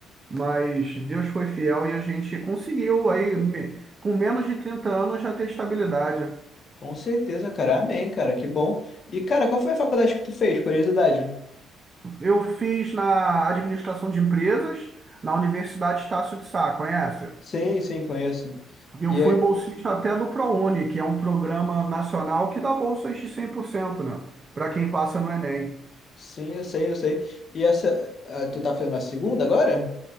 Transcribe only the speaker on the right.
mas Deus foi fiel e a gente conseguiu aí, me- com menos de 30 anos, já ter estabilidade.
Eu fiz na administração de empresas, na Universidade Estácio de Sá, conhece?
Eu
fui
bolsista até do ProUni, que é um programa nacional que dá bolsas de cem por cento né? Para quem passa no Enem.